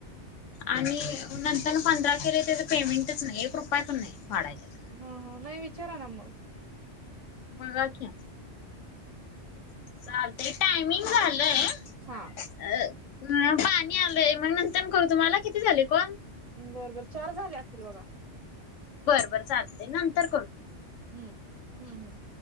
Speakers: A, on the left; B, on the right.
A: आणि नंतर पंधरा केले त्याच पेमेंटच नाही. एक रुपय पण नाही. वाढाय त्यात
B: ह ह. नाही विचारा ना म.
A: बघा की. चालतय. टायमिंग झालंय-
B: हा.
A: अ. पाणी आलय. मग नंतर करू तुम्हाला? किती झाले कॉल?
B: बरोबर. चार झाले असतील बघा.
A: बरं बरं चालतय. नंतर करत-
B: हम्म. हम्म हम्म.